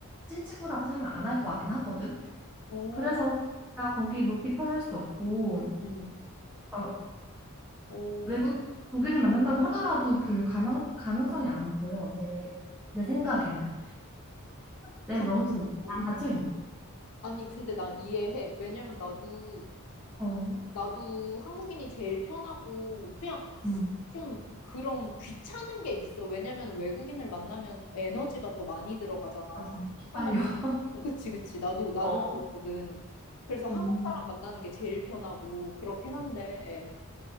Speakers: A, in the centre; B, on the left.
A: 찐친구라고 생각 안 할 것 같긴 하거든.
B: 오,
A: 그래서 나 거기 뭐 비판할 수도 없고
B: 응,
A: 어,
B: 오,
A: 외국 독일인
B: 응.
A: 만난다고 하더라도 별 가망, 가능성이 안 보여 내, 내 생각에는. 내가
B: 그럼
A: 너무 좀
B: 오.
A: 안 닫혀 있네.
B: 아니 근데 난 이해해. 왜냐면 나도
A: 어,
B: 나도 한국인이 제일 편하고 그냥
A: 음.
B: 좀 그런 귀찮은 게 있어. 왜냐면 외국인을 만나면 에너지가 더 많이 들어가잖아.
A: 맞아. 기빨려.
B: 한번 어, 그치 그치 나도 나도
A: 어,
B: 그랬거든. 그래서 한국
A: 음,
B: 사람 만나는 게 제일 편하고 그렇긴 한데